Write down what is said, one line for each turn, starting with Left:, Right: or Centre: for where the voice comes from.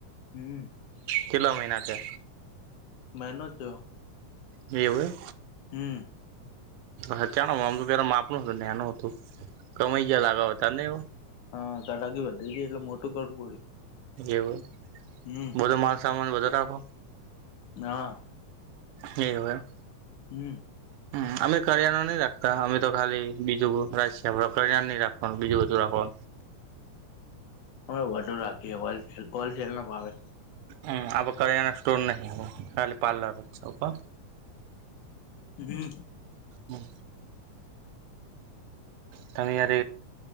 Left: હમ
Right: કેટલા મહીના થયા
Left: મહેનત જો
Right: એવું એમ
Left: હમ
Right: હચાણ આમ તો પે માપનું હતું ને એનું હતું કમાઇ ગયા લાગાવ હતા ને એવ
Left: હ કડાકી વધી ગઈ એટલે મોટું કરવું પડ્યું
Right: એવું
Left: હમ
Right: બધો માલસામાન બધો રાખો
Left: હા
Right: એવુ એમ
Left: હમ
Right: હા અમે કરિયાણા નહી રાખતા અમે તો ખાલી બીજું રાજ કરિયાણા ન રાખ બીજું બધું રાખો
Left: હ વધુ રાખીએ હોલસેલ હોલસેલ ન ભાવે
Right: હમ અઆપડે કરિયાણા સ્ટોર નહી ખાલી પાાર્લર જ છે એવું કો
Left: હં
Right: હમ તમે યાર